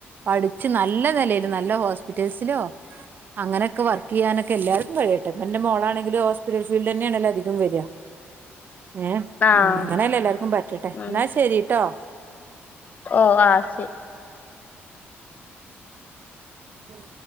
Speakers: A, on the right (about 45°); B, on the left (about 40°).
A: പഠിച്ച് നല്ല നെലയില് നല്ല ഹോസ്പിറ്റേൽസിലൊ അങ്ങനൊക്കെ വർക്കീയ്യാനൊക്കെ എല്ലാർക്കും കയ്യട്ടെ. എന്റെ മോളാണെങ്കിലും ഹോസ്പിറ്റൽ ഫീൽഡന്നാണല്ലൊ അധികം വര ഏ
B: ആഹ്
A: ഉം ഇങ്ങനെല്ലെ എല്ലാർക്കു പറ്റട്ടെ
B: ഉം
A: ന്നാ ശരിട്ടൊ
B: ഓ ആ ശ
A: ഉം